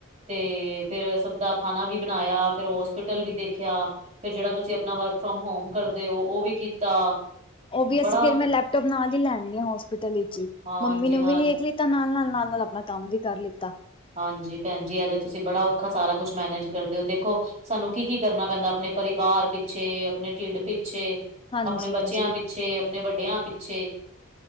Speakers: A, on the right (about 35°); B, on the left (about 25°).
A: ਤੇ ਫੇਰ ਸਭ ਦਾ ਖਾਣਾ ਵੀ ਬਣਾਇਆ। ਫੇਰ ਹੋਸਪਿਟਲ ਵੀ ਦੇਖਿਆ। ਫਿਰ ਜਿਹੜਾ ਤੁਸੀਂ ਆਪਣਾ ਵਰਕ ਫਰੋਮ ਹੋਮ ਕਰਦੇ ਹੋ ਓ ਵੀ ਕੀਤਾ
B: ਓ ਵੀ
A: ਬੜਾ
B: ਅਸੀਂ ਫੇਰ ਮੈਂ ਲੈਪਟੋਪ ਨਾਲ ਹੀ ਲੈਣ ਅਨੀ ਹੋਸਪਿਟਲ ਵਿੱਚ ਹੀ,
A: ਹਾਂਜੀ
B: ਮੰਮੀ ਨੂੰ
A: ਹਾਂ
B: ਵੀ ਦੇਖ ਲ ਤਾਂ ਨਾਲ -ਨਾਲ -ਨਾਲ- ਨਾਲ ਆਪਣਾ ਕੰਮ ਵੀ ਕਰ ਲਿੱਤਾ।
A: ਹਾਂਜੀ ਭੈਣਜੀ ਐ ਤੇ ਤੁਸੀਂ ਬੜਾ ਔਖਾ ਸਾਰਾ ਕੁਛ ਮੈਨੇਜ ਕਰਦੇ ਹੋ ਦੇਖੋ ਸਾਨੂੰ ਕੀ ਕੀ ਕਰਨਾ ਪੈਂਦਾ ਆਪਣੇ ਪਰਿਵਾਰ ਪਿੱਛੇ, ਆਪਣੇ ਢਿੱਡ ਪਿੱਛੇ,
B: ਹਾਂਜੀ
A: ਆਪਣੇ ਬੱਚਿਆਂ
B: ਹਾਂਜੀ।
A: ਪਿੱਛੇ, ਆਪਣੇ ਵੱਡਿਆਂ ਪਿੱਛੇ